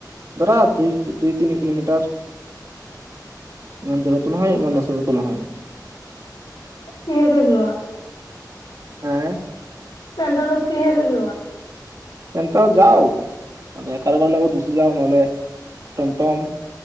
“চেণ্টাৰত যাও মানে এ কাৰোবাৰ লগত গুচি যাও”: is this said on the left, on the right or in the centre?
Right